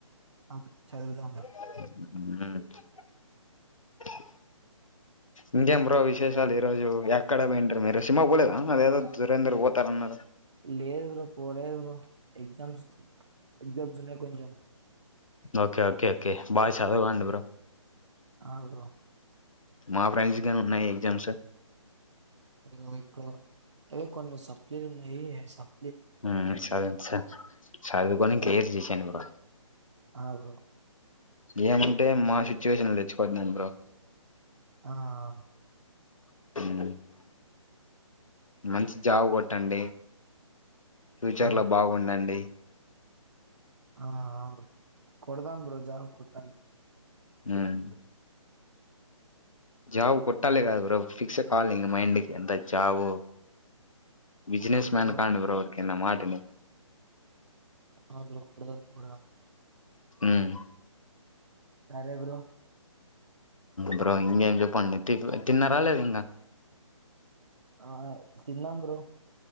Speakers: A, on the right (about 60°); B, on the left (about 75°).
A: ఆ చదువుదాములే
B: <inaudible> ఇంకేం బ్రో విశేషాలు ఈ రోజు ఎక్కడ పోయింటిరీ మీరు సినిమా కు పోలేేదా అదేదో దురేందర్ పోతానన్నరు
A: లేదు బ్రో పోలేదు బ్రో ఎగ్జామ్స్ ఎగ్జామ్స్ ఉన్నాయి కొంచెం
B: ఓకే ఓకే ఓకే బాగా చదవండి బ్రొ
A: అవును రా
B: మా ఫ్రెండ్స్ గాని ఉన్నాయి ఎగ్జామ్స్
A: నువ్వు ఎప్పుడు అవే కొన్ని సప్లీలు ఉన్నాయి సర్
B: ఉ చదవండి సార్ చదువుకొని కిలియర్ చేసెయండి బ్రొ
A: అబ
B: ఏమంటే మా సిచ్యువేషన్ తెచ్చికొవద్దండి బ్రో
A: ఆ హా హ
B: <inaudible> మంచి జాబ్ కొట్టండి ఫ్యూచర్
A: ఆ
B: లో బాగుండండి
A: ఆ హా హ కొడదాం బ్రొ జాబ్ కొట్టాలి
B: హ్మ్ జాబ్ కొట్టాలి కాదు బ్రొ ఫిక్స్ పొవాలి ఇక మైండ్ కి ఇట్ట జాబ్ బిజినెస్ మ్యాన్
A: ఆ బ్రో
B: కండి బ్రొ ఉరికే నా మాట విని
A: హ బ్రో కుడదాం కుడదాం
B: హ్మ్
A: సరే బ్రో
B: బ్రో ఇంగ ఏం చెప్పండి టిప్ తిన్నారా లేద ఇంకా
A: ఆ హా తిన్నాం బ్రో